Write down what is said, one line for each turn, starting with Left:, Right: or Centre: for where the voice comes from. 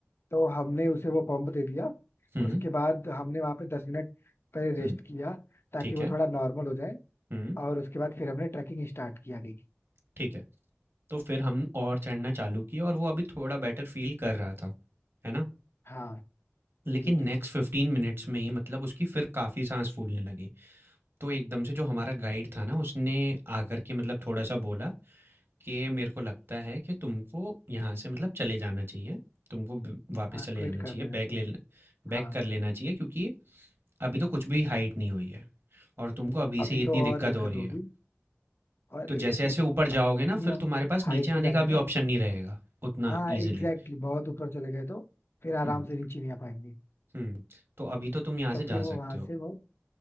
Left: तो हमने उसे वो पंप दे दिया
Right: हम्म
Left: उसके बाद हमने वहां पे दस मिनट पे रेस्ट
Right: हम्म
Left: किया ताकि
Right: ठीक
Left: वो
Right: है
Left: थोड़ा नॉर्मल हो जाए
Right: हम्म
Left: और उसके बाद फिर हमने ट्रैकिंग स्टार्ट की आगे की
Right: ठीक है तो फिर हम और चढ़ना चालू किया और वो अभी थोड़ा बेटर फील कर रहा था है ना
Left: हाँ
Right: लेकिन
Left: ठीक
Right: नेक्स्ट
Left: है
Right: फिफ्टीन मिनट्स में ही मतलब उसकी फिर काफ़ी सांस फूलने लगी तो एकदम से जो हमारा गाइड था ना उसने आकर के मतलब थोड़ा-सा बोला कि मेरे को लगता है कि तुमको यहाँ से मतलब चले जाना चाहिए। तुमको ब वापस
Left: हाँ
Right: चले
Left: क्विट
Right: जाना
Left: कर
Right: चाहिए,
Left: देना
Right: बैक
Left: चाहिए
Right: ले बैक
Left: हाँ
Right: कर लेना चाहिए क्योंकि अभी तो कुछ भी हाइट नहीं हुई है और तुमको अभी से
Left: अभी
Right: ही इतनी
Left: तो
Right: दिक्कत
Left: और दिक्कत
Right: हो रही
Left: होगी
Right: है।
Left: और
Right: तो
Left: एक
Right: जैसे-जैसे
Left: चीज
Right: ऊपर जाओगे
Left: जितनी
Right: ना फिर
Left: हम
Right: तुम्हारे पास
Left: हाइट
Right: नीचे
Left: पे
Right: आने
Left: जाएंगे
Right: का भी
Left: ना
Right: ऑप्शन नहीं रहेगा उतना
Left: हाँ एग्जैक्टली
Right: ईज़िली।
Left: बहुत ऊपर चले गए तो फिर
Right: हुँ,
Left: आराम से नीचे नहीं आ पाएंगे
Right: हुँ। तो अभी तो तुम यहाँ
Left: तो
Right: से जा
Left: फिर वो
Right: सकते
Left: वहां
Right: हो।
Left: से वो